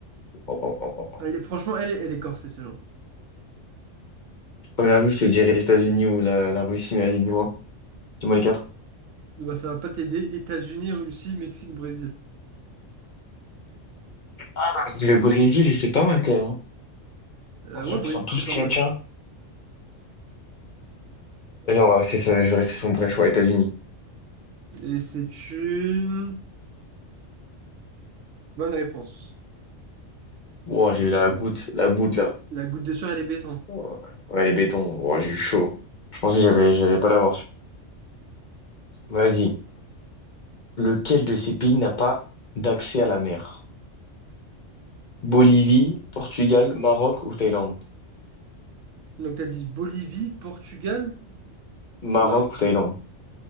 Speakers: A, on the left; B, on the right.
A: Waouh, waouh, waouh, waouh.
B: Elle est- franchement, elle, est- elle est corsée, celle
A: Première vue, je te dirais les États-Unis ou la, la Russie, mais allez, dis-moi. Dis-moi les quatre.
B: bah ça va pas t'aider. États-Unis, Russie, Mexique, Brésil.
A: Ah, le Brésil, c'est pas mal quand même. hein.
B: Euh,
A: En sachant
B: ouais, Brésil,
A: qu'ils sont tous
B: c'est pas
A: chrétiens.
B: mal.
A: Vas-y, on va rester sur, je vais rester sur mon premier choix, États-Unis.
B: Et c'est une bonne réponse.
A: Wow, j'ai eu la goutte, la goutte là.
B: La goutte de sueur, elle est béton.
A: Ouais, ouais, les bétons. Wow, j'ai eu chaud. Je pensais que j'avais, j'allais pas l'avoir. Vas-y. Lequel de ces pays n'a pas d'accès à la mer? Bolivie, Portugal, Maroc ou Thaïlande?
B: Donc, t'as dit Bolivie, Portugal,
A: Maroc
B: Maroc.
A: ou Thaïlande?